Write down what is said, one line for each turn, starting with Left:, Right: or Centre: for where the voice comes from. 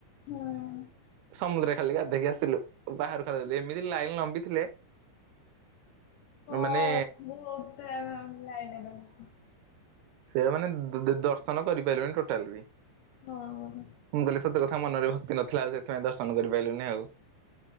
Left: ହୁଁ।
Right: ସମୁଦ୍ରରେ ଖାଲି ଗାଧେଇ ଆସିଲୁ। ବାହାରୁ ଖା ଏମିତି ଲାଇନ୍‌ ଲମ୍ବି ଥିଲେ।
Left: ହଁ
Right: ମାନେ
Left: ବହୁତ ଟାଇମ୍ ଲାଇନରେ ରହୁଛି।
Right: ସେ ମାନେ ଦର୍ଶନ କରିପାରିବେନି ଟୋଟାଲ୍ ବି।
Left: ହଁ।
Right: ମୁଁ କହିଲେ ସତ କଥା ମନରେ ଭକ୍ତି ନଥିଲା ଆଉ। ସେଥିପାଇଁ ଦର୍ଶନ କରିପାରିଲୁନି ଆଉ।